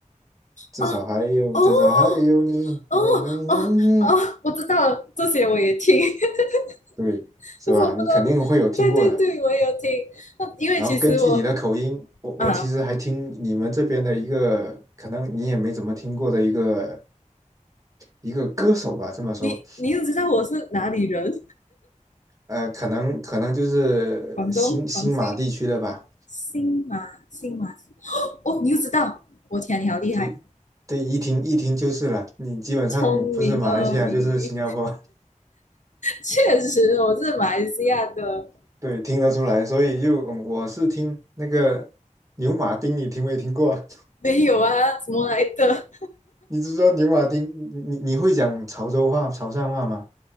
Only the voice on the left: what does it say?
哦哦
哦
哦哦，
我知道了，这些我也听，<laughs>
但是我不能。
对对对，我也有听。那因为其实我
啊，
你你又知道我是哪里人，
广东广西新马新马哦，你就知道，我天，你好厉害，
聪明哦你。确实，我是马来西亚的，
没有啊，什么来的？